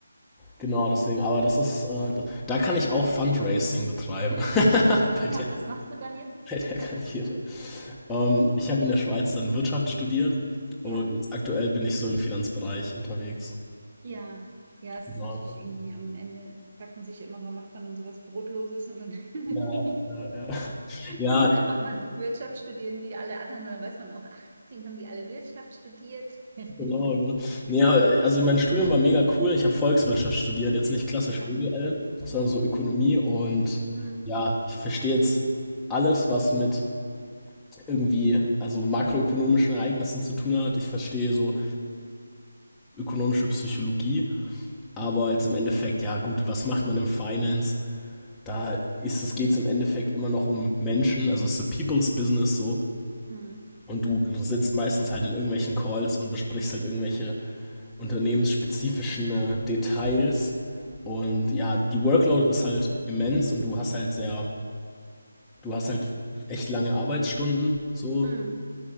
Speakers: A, in the centre; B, on the right.
A: Genau, deswegen, aber das ist, äh, da kann ich auch Fundraising betreiben <laughs> bei
B: Ja, was machst du dann jetzt?
A: <laughs> bei der Karriere. Ähm, ich habe in der Schweiz dann Wirtschaft studiert und
B: Ja,
A: jetzt aktuell bin ich so im Finanzbereich unterwegs.
B: ja. Ja, es
A: Genau.
B: ist natürlich irgendwie am Ende, fragt man sich immer, warum macht man dann sowas Brotloses und dann <laughs>
A: Ja, ja, ja. Ja,
B: Kann man einfach mal Wirtschaft studieren wie alle anderen und dann weiß man auch, ach, deswegen haben die alle Wirtschaft studiert. <laughs>
A: genau, genau. Nee, Ja, also mein Studium war mega cool. Ich habe Volkswirtschaft studiert, jetzt nicht klassisch
B: Ja.
A: BWL, sondern so Ökonomie und
B: Hm.
A: ja, ich verstehe jetzt alles, was mit irgendwie, also makroökonomischen Ereignissen zu tun hat. Ich verstehe so mikroökonomische Psychologie, aber jetzt im Endeffekt, ja gut, was macht man im Finance? Da ist es geht's im Endeffekt immer noch um Menschen, also es ist a people's business so.
B: Hm.
A: Und du sitzt meistens halt in irgendwelchen Calls und besprichst halt irgendwelche unternehmensspezifischen äh, Details. Und ja, die Workload ist halt immens und du hast halt sehr, du hast halt echt lange Arbeitsstunden so.
B: Hm.